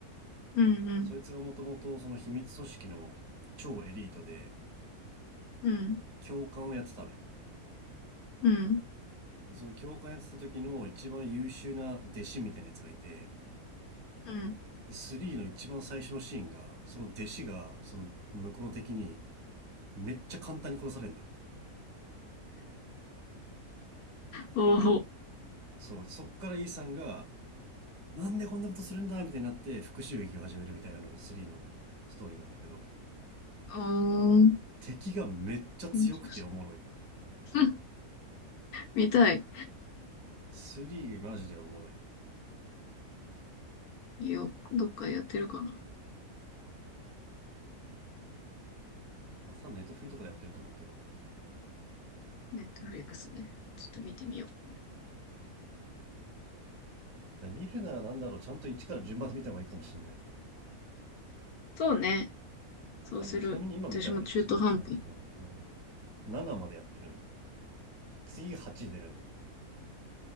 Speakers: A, on the left; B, on the right.
A: うん、うん、
B: そいつがもともとその秘密組織の超エリートで、
A: うん、
B: 教官をやってたのよ。
A: うん、
B: で、その教官やってた時の一番優秀な弟子みたいなやつがいて、
A: うん。
B: で3の一番最初のシーンがその弟子がその向こうの敵にめっちゃ簡単に殺されるのよ
A: おお、
B: そうでそっからイーさんがなんでこんなことするんだみたいになって復讐劇を始めるみたいなのが3のストーリーなんだけど
A: あん
B: 敵がめっちゃ強くておもろい
A: 面白そう <laughs> 見たい。
B: 3マジでおもろい、
A: いいよ、どっかやってるかな。
B: まあ、多分ネットフリーとかでやってると思うけどだか
A: ネットフリックスね。ちょっと見てみよう。
B: ら見るならなんだろうちゃんと1から順番で見た方がいいかもしれない
A: そうね。そうする。
B: あのちなみに今見たら1234567
A: 私も中途半端。
B: までやってるんだで次8出るんだ、